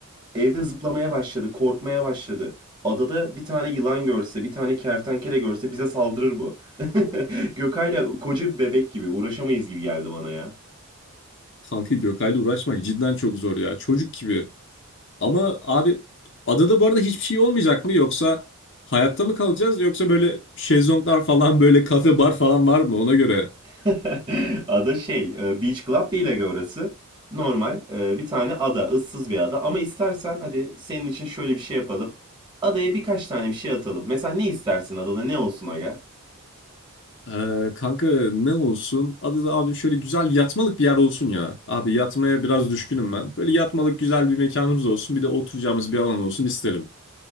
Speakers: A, on the right; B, on the left.
A: Evde zıplamaya başladı, korkmaya başladı. Adada bir tane yılan görse, bir tane kertenkele görse bize saldırır bu. <laughs> Gökay'la koca bir bebek gibi uğraşamayız gibi geldi bana ya.
B: Kanka Gökay'la uğraşmak cidden çok zor ya. Çocuk gibi. Ama abi adada bu arada hiçbir şey olmayacak mı? Yoksa hayatta mı kalacağız? Yoksa böyle şezlonglar falan böyle kafe bar falan var mı ona göre?
A: <laughs> Ada şey, e, Beach Club değil aga orası. Normal e, bir tane ada, ıssız bir ada. Ama istersen hadi senin için şöyle bir şey yapalım. Adaya birkaç tane bir şey atalım. Mesela ne istersin adada ne olsun aga?
B: Ee, kanka ne olsun? Adada abi şöyle güzel yatmalık bir yer olsun ya. Abi yatmaya biraz düşkünüm ben. Böyle yatmalık güzel bir mekanımız olsun. Bir de oturacağımız bir alan olsun isterim.